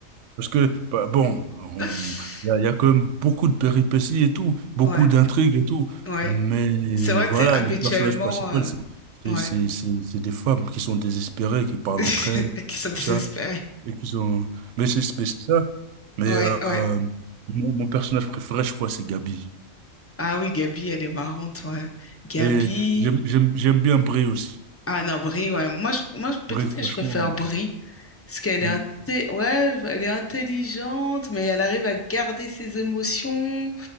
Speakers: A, on the right (about 70°); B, on the left (about 20°).
A: Parce que, bah, bon, on-
B: <laughs>
A: il y a, il y a quand même beaucoup de péripéties et tout, beaucoup
B: Ouais,
A: d'intrigues et tout.
B: ouais.
A: Mais
B: C'est vrai
A: voilà,
B: que c'est habituellement.
A: les personnages principaux,
B: euh,
A: c'est c'est-
B: Ouais.
A: c'est- c'est- c'est des femmes qui sont désespérées, qui parlent
B: <laughs>
A: entre elles,
B: Qui sont désespérés.
A: tout ça. Et qui sont... Mais c'est mais c'est ça. Mais
B: Ouais,
A: euh,
B: ouais.
A: mon, mon personnage préféré, je crois, c'est Gabi.
B: Ah oui, Gabi, elle est marrante, ouais. Gabi.
A: Et j'aime j'aime- j'aime bien Brie aussi.
B: Ah non, Brie, ouais. Moi, je- moi je- peut-être
A: Brie, franchement.
B: que je préfère
A: Ouais.
B: Brie, parce qu'elle
A: Mm.
B: est, inté- ouais, elle est intelligente, mais elle arrive à garder ses émotions.